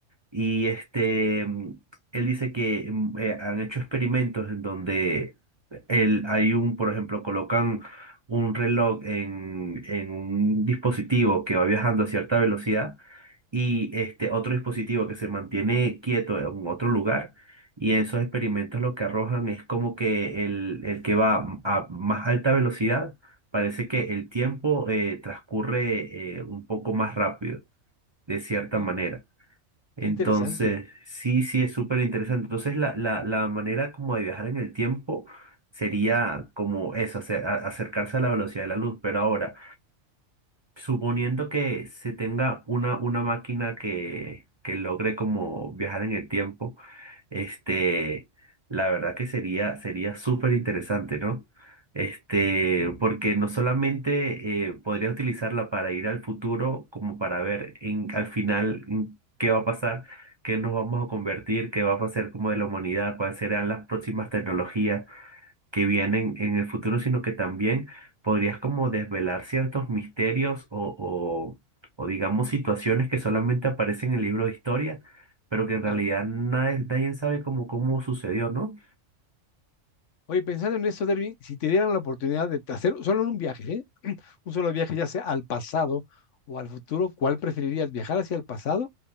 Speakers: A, on the right; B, on the left.
A: Y este, mm, él dice que mm, eh, han hecho experimentos en donde el, hay un, por ejemplo, colocan un reloj en, en un dispositivo que va viajando a cierta velocidad y este otro dispositivo que se mantiene quieto en otro lugar. Y en esos experimentos lo que arrojan es como que el, el que va a más alta velocidad, parece que el tiempo eh, transcurre eh, un poco más rápido, de cierta
B: Sí,
A: manera. Entonces,
B: qué interesante.
A: sí, sí, es súper interesante. Entonces, la, la, la manera como de viajar en el tiempo sería como eso, ace- a- acercarse a la velocidad de la luz. Pero ahora, Suponiendo que se tenga una, una máquina que, que logre como viajar en el tiempo, este, la verdad que sería, sería súper interesante, ¿no? Este, porque no solamente eh, podría utilizarla para ir al futuro, como para ver en, al final en qué va a pasar, qué nos vamos a convertir, qué va a pasar como de la humanidad, cuáles serán las próximas tecnologías que vienen en el futuro, sino que también podrías como desvelar ciertos misterios o, o, o digamos situaciones que solamente aparecen en el libro de historia, pero que en
B: Claro.
A: realidad nadie, nadie sabe cómo, cómo sucedió, ¿no?
B: Oye, pensando en eso, Derwin, si te dieran la oportunidad de hacer solo un viaje, ¿eh? <clears throat> Un solo viaje, ya sea al pasado o al futuro, ¿cuál preferirías? ¿Viajar hacia el pasado,